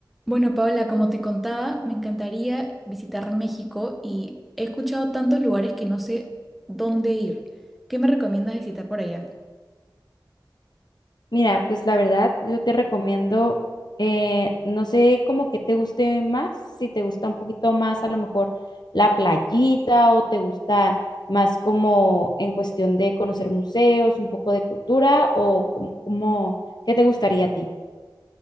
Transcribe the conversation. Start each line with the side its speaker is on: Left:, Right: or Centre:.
Centre: Bueno, Paola, como te contaba, me encantaría visitar México y he escuchado tantos lugares que no sé dónde ir. ¿Qué me recomiendas visitar por allá?
Left: Mira, pues la verdad, yo te recomiendo, eh, no sé como que te guste más, si te gusta un poquito más a lo mejor la playita o te gusta más como en cuestión de conocer museos, un poco de cultura o como, como ¿qué te gustaría a ti?